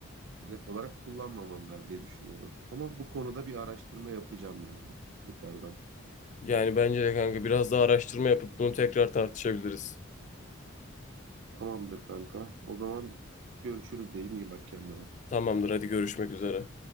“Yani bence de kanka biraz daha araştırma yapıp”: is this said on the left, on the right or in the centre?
Left